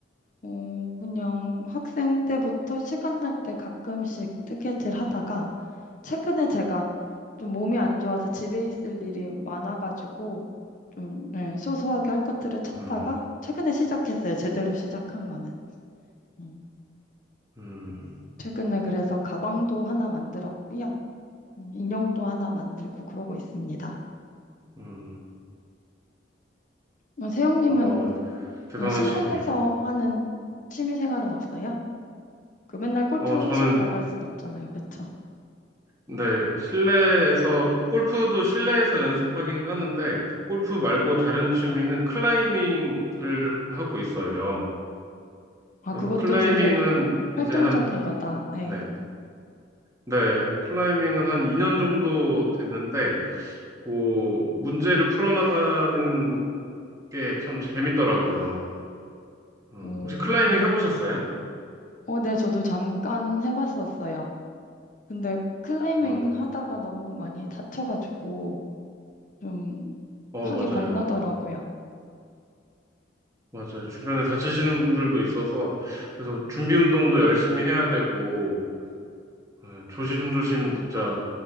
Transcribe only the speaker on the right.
음,
음,
음.
와, 대단하시네요.
어, 저는
네, 실내에서, 골프도 실내에서 연습하긴 하는데, 골프 말고 다른 취미는 클라이밍을 하고 있어요.
그래서
클라이밍은
이제 한, 이,
네, 네, 클라이밍은 한 2년 정도 됐는데, 그, 문제를 풀어나가는 게 참 재밌더라고요. 음,
혹시 클라이밍 해보셨어요?
음,
어,
맞아요.
맞아요. 주변에 다치시는 분들도 있어서, 그래서 준비 운동도 열심히 해야 되고, 어, 조심조심 진짜